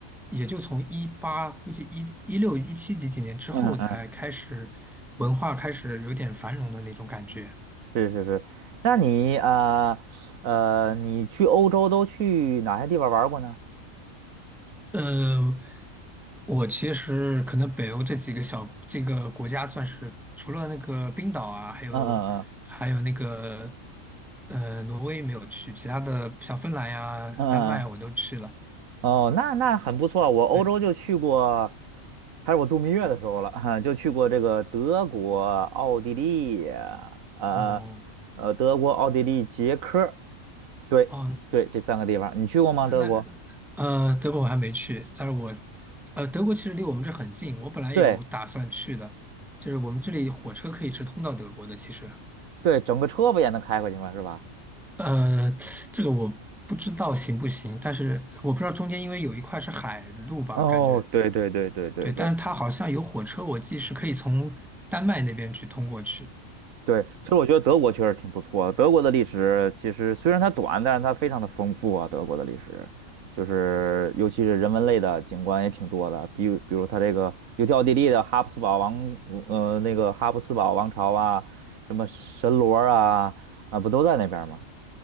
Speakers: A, in the centre; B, on the right.
A: 也就从一八，估计一一六一七几几年之后才开始文化开始有点繁荣的那种感觉。
B: 嗯。是是是，那你呃呃，你去欧洲都去哪些地方玩儿过呢？
A: 呃，我其实可能北欧这几个小这个国家算是除了那个冰岛啊，还有还有那个
B: 嗯嗯
A: 呃挪威没有去，其他的像芬兰呀、
B: 嗯嗯嗯，
A: 丹麦我都去了。
B: 哦，那那很不错。我欧洲就去过，
A: 对，
B: 还是我度蜜月的时候了，<laughs> 就去过这个德国、奥地利，呃呃，
A: 哦
B: 德国、奥地利、捷克，对对，
A: 哦，
B: 这三个地方，你去过吗？
A: 那那
B: 德国？
A: 呃德国我还没去，但是我呃德国其实离我们这很近，我本来有打算去的，
B: 对
A: 就是我们这里火车可以直通到德国的，其实。
B: 对，整个车不也能开过去吗？是吧？
A: 呃，这个我不知道行不行，但是我不知道中间因为有一块是海路吧，
B: 哦，
A: 感觉，
B: 对对对对对对
A: 对，但是它好像有火车，我记是可以从丹麦那边去通过去。
B: 对，所以我觉得德国确实挺不错的。德国的历史其实虽然它短，但是它非常的丰富啊。德国的历史就是尤其是人文类的景观也挺多的，比如比如它这个尤其奥地利的哈布斯堡王，呃，那个哈布斯堡王朝啊，什么神罗啊，啊，不都在那边儿吗？